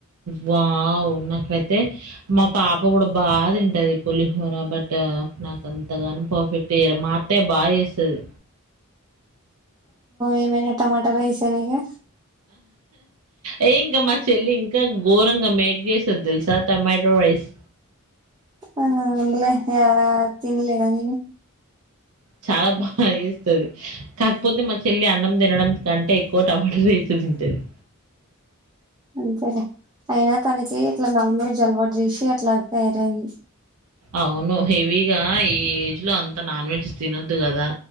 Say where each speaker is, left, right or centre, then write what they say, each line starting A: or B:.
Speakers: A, on the right; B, on the right.
A: వావ్ నాకైతే మా పాప కూడా బా తింటది పులిహోర బట్ నాకు అంతగాను పర్ఫెక్ట్ చేయడం మా అత్తయ్య బా చేస్తది
B: ఏమేనా టమాటారైస్ చేలేదా
A: ఏఇంకా మా చెల్లి ఇంకా ఘోరంగా మేక్ చేస్తది తెలుసా టమాటో రైస్
B: అవునవునులే ఎవరెవరు తిండ్లేగానీ
A: చాలా బాగా ఏస్తాది కాకపోతే మా చెల్లి అన్నం తినడం కంటే ఎక్కువ టమాటా రైస్ తింటది
B: అంతేలే అయినా తనకి ఇట్లా నన్ వెజ్ అలవాట్ చేసి అట్ల తయారయిన్
A: అవును హెవిగా ఈ ఏజ్ లో అంత నాన్ వెజ్ తినను ద్దు కదా